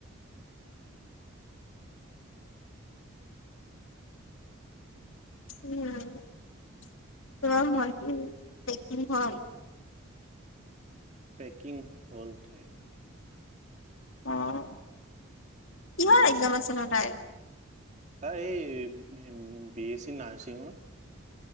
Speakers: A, on the left; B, on the right.
A: উম তোমাৰ ভণ্টি পেকিং হল?
B: পেকিং হল তাই।
A: অ। কিহৰ এক্জাম আছে নো তাই?
B: আ এই বি এছ চি নাৰ্ছিঙৰ।